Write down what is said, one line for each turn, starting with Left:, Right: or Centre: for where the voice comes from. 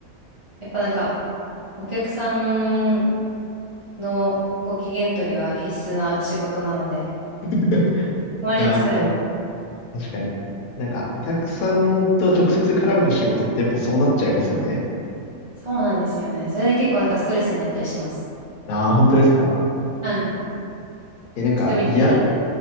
Right: やっぱなんか、お客さんのご機嫌取りは必須な仕事なので、
Left: <laughs> い
Right: あまり疲れも。
Left: やー、そうです。確かに。なんか、お客さんと直接絡む仕事ってやっぱそうなっちゃいますよね。
Right: そうなんですよね。それで結構なんかストレスになったりします。
Left: ああ、本当ですか
Right: はい。
Left: え、なんか、
Right: 人見知りなんで。
Left: いや、